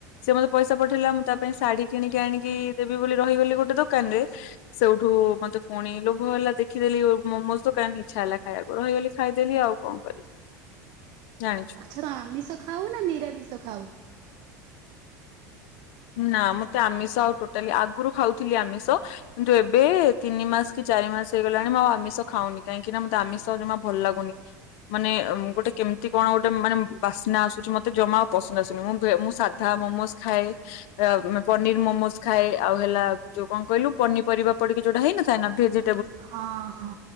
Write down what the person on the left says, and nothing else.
ସେ ମତେ ପଇସା ପଠେଇଲା ମୁଁ ତା ପାଇଁ ଶାଢୀ କିଣିକି ଆଣିକି ଦେବି ବୋଲି ରହିଗଲି ଗୋଟେ ଦୋକାନ୍ ରେ ସେଉଠୁ ମତେ ପୁଣି ଲୋଭ ହେଲା ଦେଖିଦେଲି ମୋମୋଜ୍ ଦୋକାନ୍ ଇଚ୍ଛା ହେଲା ଖାଇବାକୁ ରହିଗଲି ଖାଇଦେଲି ଆଉ କଣ୍ କରିବି ଜାଣି
ନା ମତେ ଆମିଷ ଆଉ ଟୋଟାଲି ଆଗରୁ ଖାଉଥିଲି ଆମିଷ କିନ୍ତୁ ଏବେ ତିନି ମାସ୍ କି ଚାରି ମାସ୍ ହେଇଗଲାଣି ମୁଁ ଆଉ ଆମିଷ ଖାଉନି କାହିଁକିନା ମତେ ଆମିଷ ଆଉ ଜମା ଭଲ୍ ଲାଗୁନି ମାନେ ଏମ୍ ଗୋଟେ କେମତି କଣ୍ ଗୋଟେ ମାନେ ବାସ୍ନା ଆସୁଛି ମତେ ଜମା ଆଉ ପସନ୍ଦ୍ ଆସୁନି ମୁଁ ବେ ମୁଁ ସାଧା ମୋମୋସ୍ ଖାଏ ଆ ପନିର୍ ମୋମୋଜ୍ ଖାଏ ଆଉ ହେଲା ଯୋଉ କଣ୍ କହିଲୁ ପନିପରିବା ପଡିକି ଯୋଉଟା ହେଇନଥାଏ ନା ଭେଜି